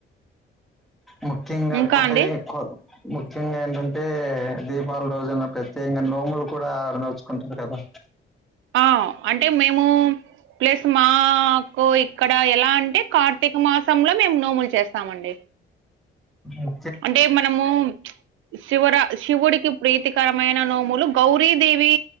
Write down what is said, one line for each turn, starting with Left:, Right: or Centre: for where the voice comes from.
Centre: ముఖ్యంగా
Right: ఇంకా
Centre: కొత్తగై
Right: అండి
Centre: కొ ముఖ్యంగా ఏంటంటే దీపాళి రోజున ప్రత్యేకంగా నోములు కూడా నోచుకుంటారు కదా
Right: ఆ అంటే మేము ప్లస్ మాకు ఇక్కడ ఎలా అంటే కార్ కార్తీక మాసంలో మేము నోములు చేస్తామండి
Centre: ఉ
Right: అంటే మనము శివర శివుడికి ప్రీతికరమైన నోములు గౌరీదేవి